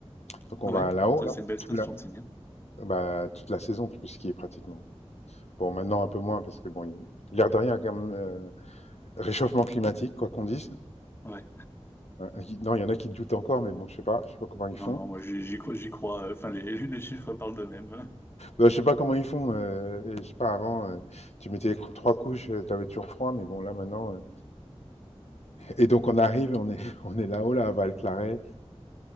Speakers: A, on the left; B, on the left.
A: donc on
B: ouais.
A: va là-haut,
B: Ça,
A: là,
B: c'est une belle
A: tout
B: station
A: là.
B: de Sénien.
A: Bah, toute la saison, tu peux skier pratiquement. Bon, maintenant un peu moins parce que bon, il- l'air de rien, quand même. euh, Réchauffement climatique, quoi qu'on dise.
B: Ouais.
A: Euh, il- non, il y en a qui doutent encore, mais bon, je sais pas, je sais pas comment ils
B: Non,
A: font.
B: non, moi j'y j'y crois. j'y crois, euh, Enfin, les, <laughs> les chiffres parlent d'eux-mêmes.
A: Euh, je sais pas comment ils font. euh, et je sais pas, avant, euh, tu mettais cro- trois couches, tu avais toujours froid, mais bon, là maintenant. euh. Et donc on arrive, on est, <laughs> on est là-haut, là, à Val-Claret.